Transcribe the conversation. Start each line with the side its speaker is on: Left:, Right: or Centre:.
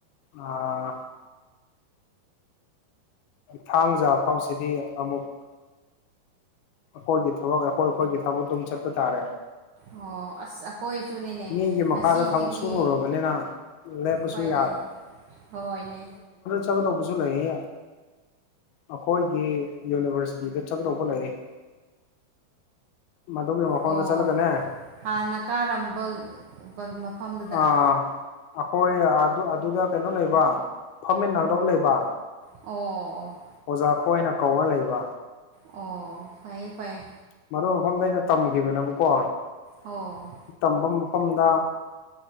Left: ꯑꯥ ꯊꯥꯡꯖꯥ ꯐꯥꯎꯁꯤꯗꯤ ꯑꯃꯨꯛ ꯑꯩꯈꯣꯏꯒꯤ ꯊꯕꯛ ꯑꯩꯈꯣꯏ ꯑꯩꯈꯣꯏꯒꯤ ꯊꯕꯛ ꯑꯗꯨꯝ ꯆꯠꯄ ꯇꯥꯔꯦ
Right: ꯑꯣ ꯑꯁꯁꯥ ꯍꯣꯏ ꯁꯨꯅꯤꯅꯦ
Left: ꯃꯤꯒꯤ ꯃꯈꯥꯗ
Right: ꯉꯁꯤꯗꯒꯤ
Left: ꯊꯕꯛ ꯁꯨꯔꯨꯔꯕꯅꯤꯅ ꯂꯦꯞꯄꯁꯨ
Right: ꯈ꯭ꯋꯥꯏ ꯂꯩ ꯍꯣꯏꯅꯦ
Left: ꯆꯠꯒꯗꯧꯕ ꯇꯧꯕꯁꯨ ꯂꯩꯌꯦꯦ ꯑꯩꯈꯣꯏꯒꯤ ꯌꯨꯅꯤꯚꯔꯁꯤꯇꯤꯗ ꯆꯠꯀꯗꯧꯕ ꯂꯩ ꯃꯗꯨꯒꯤ ꯃꯐꯝꯗ
Right: ꯑꯣ
Left: ꯆꯠꯂꯒꯅꯦ
Right: ꯍꯥꯟꯅ ꯀꯥꯔꯝꯕ ꯃꯐꯝꯗꯨꯗꯔꯥ
Left: ꯑꯥ ꯑꯩꯈꯣꯏ ꯑꯗꯨ ꯑꯗꯨꯗ ꯀꯩꯅꯣ ꯂꯩꯕ ꯐꯝꯃꯤꯟ ꯅꯥꯒꯗꯧ ꯂꯩꯕ
Right: ꯑꯣ ꯑꯣ
Left: ꯑꯣꯖꯥ ꯈꯣꯏꯅ ꯀꯧꯔ ꯂꯩꯕ
Right: ꯑꯣ ꯐꯩꯌꯦ ꯐꯩꯌꯦ
Left: ꯃꯔꯨ ꯃꯐꯝꯗ ꯑꯩꯅ ꯇꯝꯈꯤꯕꯅꯦꯕꯀꯣ
Right: ꯑꯣ
Left: ꯇꯝꯕ ꯃꯐꯝꯗ